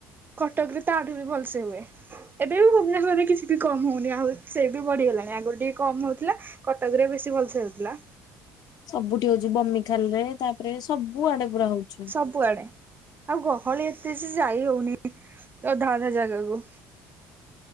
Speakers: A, on the right; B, on the left.
A: କଟକ୍ ରେ ତାଠୁ ବି ଭଲ୍ସେ ହୁଏ। ଏବେ ବି ଭୁବନେଶ୍ଵରରେ କିଛି ବି କମ୍ ହଉନି ଆଉ ସେ ବି ବଢିଗଲାଣି ଆଗରୁ ଟିକେ କମ୍ ହଉଥିଲା। କଟକରେ ବେଶୀ ଭଲସେ ହେଉଥିଲା।
B: ସବୁଠି ହଉଚି ବମି ଖାଲ୍ ରେ ତାପରେ ସବୁ ଆଡେ ପୁରା ହଉଛି।
A: ସବୁଆଡେ ଆଉ ଗହଳି ଏତେ ଯେ ଯାଇ ହଉନି ଅଧା ଅଧା ଜାଗାକୁ।